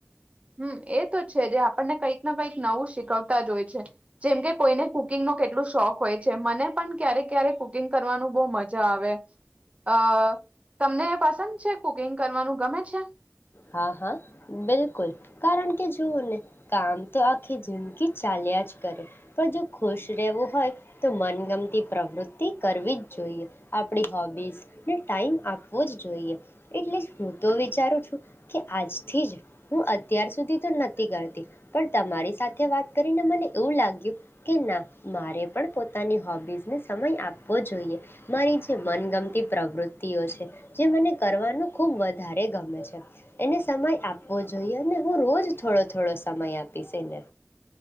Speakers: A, on the right; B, on the left.
A: હમ્મ એ તો છે જે આપણને કંઈક ને કંઈક નવું શીખવતા જ હોય છે, જેમ કે કોઈને કુકિંગ ન કેટલું શોખ હોય છે, મને પણ ક્યારે ક્યારેક કુકિંગ કરવાનું બહ મજા આવે, અ તમને પસંદ છે કુકિંગ કરવાનું ગમે છે?
B: હા, હા, બિલકુલ કારણ કે જઓ ને કામ તો આખી જિંદગી ચાલ્યા જ કરે, પણ જો ખુશ રહેવું હોય તો મનગમતી પ્રવૃતિ કરવી જ જોઈએ, આપણી હોબીસ ને ટાઈમ આપવો જ જોઈએ. એટલે જ હું તો વિચારું છું કે આજથી જ હું અત્યાર સુધી તો નથી કરતી પણ તમારી સાથે વાત કરીને મને એવું લાગ્યું કે ના મારે પણ પોતાની હોબીઝને સમય આપવો જોઈએ‌, મારી જે મનગમતી પ્રવૃત્તિઓ છે જે મને કરવાનું ખૂબ વધારે ગમે છે એને સમય આપવો જોઈએ અને હું રોજ થોડો થોડો સમય આપીશ એને